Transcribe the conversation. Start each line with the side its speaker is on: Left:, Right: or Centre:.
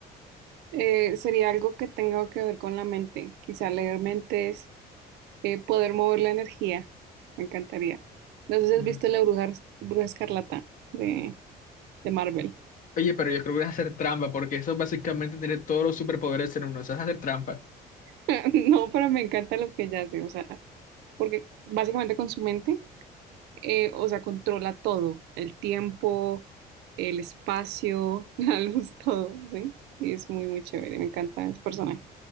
Right: Eh, sería algo que tenga que ver con la mente, quizá leer mentes, eh, poder mover la energía, me encantaría. No sé si
Left: Mm.
Right: has visto La Bruja, Bruja Escarlata de, de Marvel.
Left: Oye, pero yo creo que es hacer trampa, porque eso es básicamente tener todos los superpoderes en uno. Eso es hacer trampa.
Right: <laughs> No, pero me encanta lo que ella hace, o sea, porque básicamente con su mente eh, o sea, controla todo, el tiempo, el espacio, <laughs> la luz, todo, ¿sí? Y es muy, muy chévere, me encanta ese personaje.